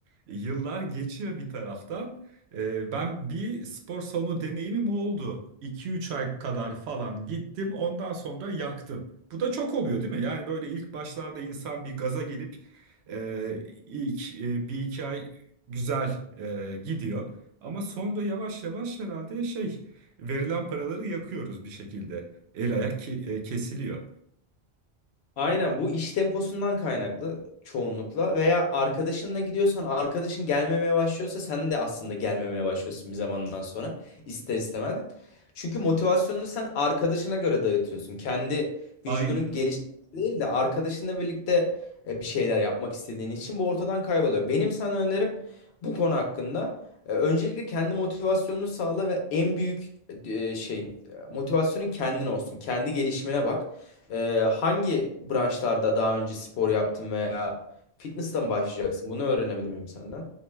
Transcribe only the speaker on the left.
Aynen bu iş temposundan kaynaklı çoğunlukla veya arkadaşınla gidiyorsan arkadaşın gelmemeye başlıyorsa sen de aslında gelmemeye başlıyorsun bir zamandan sonra ister istemez. Çünkü motivasyonunu sen arkadaşına göre dağıtıyorsun. Kendi
vücudunun gelişmesi değil de arkadaşınla birlikte e, bir şeyler yapmak istediğin için bu ortadan kayboluyor. Benim sana önerim bu konu hakkında e, öncelikle kendi motivasyonunu sağla ve en büyük e, şeyin e, motivasyonun kendin olsun. Kendi gelişimine bak. Ee, hangi branşlarda daha önce spor yaptın veya fitness'la mı başlayacaksın? Bunu öğrenebilir miyim senden?